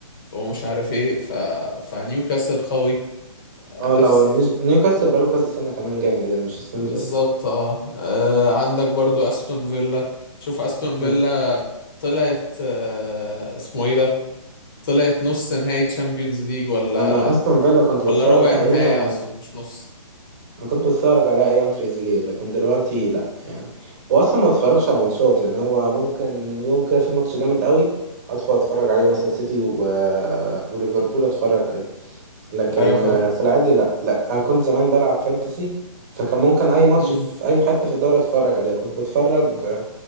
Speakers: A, on the left (about 40°); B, on the right (about 30°).
A: ومش عارف ايه ف... فنيوكاسل قوي آه،
B: اه
A: نفس
B: لا هو نيوز- نيوكاسل بقاله كذا سنة كمان جامد يعني مش السنة
A: بالظبط
B: دي بس
A: اه آه، عندك برضو استون فيلا شوف استون فيلا
B: مم.
A: طلعت آه اسمه ايه ده طلعت نص نهائي تشامبيونز ليج ولا
B: أنا أستون فيلا كنت بتفرج
A: ولا ربع
B: عليها
A: نهائي اقصد مش نص
B: انا كنت بتفرج على ايام تريزيجيه لكن دلوقتي لا يعني واصلا ما بتفرجش على ماتشات يعني هو ممكن يوم كده في ماتش جامد قوي ادخل اتفرج عليه مثلا سيتي و... وليفربول اتفرج عليه لكن
A: ايوه فاهم
B: في العادي لا لا انا كنت زمان بلعب فانتسي فكان ممكن اي ماتش
A: مم.
B: في اي حته في الدوري اتفرج عليه كنت بتفرج